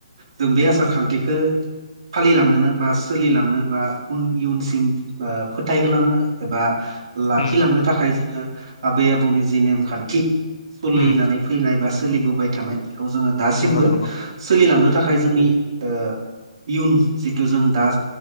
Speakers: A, on the right; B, on the left.
A: जों बे आसार खान्थिखौ फालिलांनोनो बा सोलिलांनो बान इयुनसिम फोथायहोलांनो एबा लाखिलांनो
B: उम
A: थाखाय जोङो आबै आबौनि जे नेमखान्थि सोलिनानै
B: उम
A: फैनाय बा सोलिबोबाय थानाय बेखौ जोङो दासिमबो
B: नंगौ
A: औ
B: नंगौ
A: सोलिलांनो थाखाय जोंनि ओ इयुन जि थु जों दा